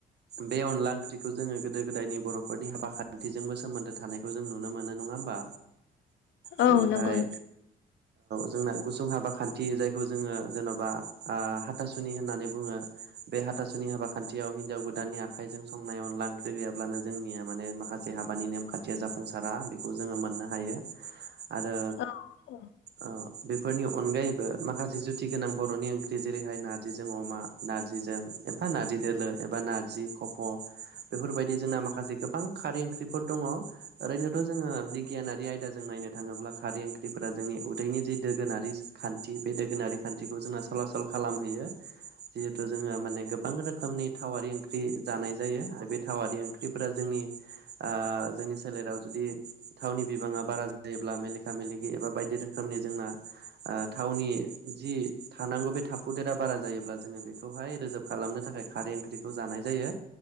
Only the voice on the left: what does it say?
औ नंगौ नोंथां
औ